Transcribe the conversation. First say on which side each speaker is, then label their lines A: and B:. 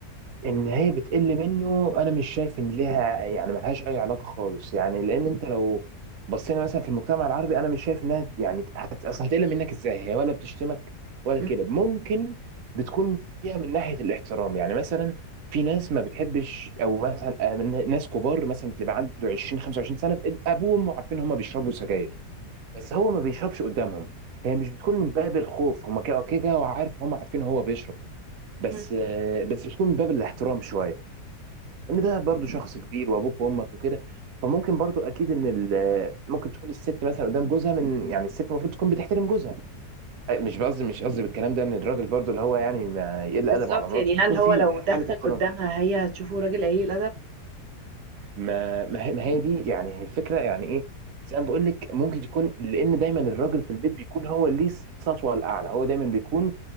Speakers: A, on the right; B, on the right.
A: ان هي بتقل منه انا مش شايف ان ليها يعني ملهاش اي علاقه خالص يعني لان انت لو بصينا مثلا في المجتمع العربي انا مش شايف انها يعني هت- اصل هتقل منك ازاي هي ولا بتشتمك ولا
B: مم.
A: كده ممكن بتكون فيها من ناحيه الاحترام يعني مثلا في ناس ما بتحبش او مثلا آه، من ناس كبار مثلا تبقى عنده 20 25 سنه ابوه وامه عارفين هم بيشربوا سجاير بس هو ما بيشربش قدامهم هي مش بتكون من باب الخوف هم كده كده هو عارف هم عارفين هو بيشرب بس
B: مم.
A: آه، بس بتكون من باب الاحترام شويه ان ده برضو شخص كبير وابوك وامك وكده فممكن برضو اكيد ان ال- ممكن تكون الست مثلا قدام جوزها من يعني الست المفروض تكون بتحترم جوزها أي، مش قصدي مش قصدي بالكلام ده ان الراجل برضو اللي هو يعني ما يقل ادبه
B: بالظبط
A: على مراته
B: يعني
A: اللي
B: هل
A: يكون
B: هو
A: في
B: لو دخل
A: حاله احترام
B: قدامها هي هتشوفه راجل قليل الادب
A: ما ما هي ما هي دي يعني هي الفكره يعني ايه زي ما بقول لك ممكن يكون لان دايما الراجل في البيت بيكون هو اللي ليه السطوه الاعلى هو دايما بيكون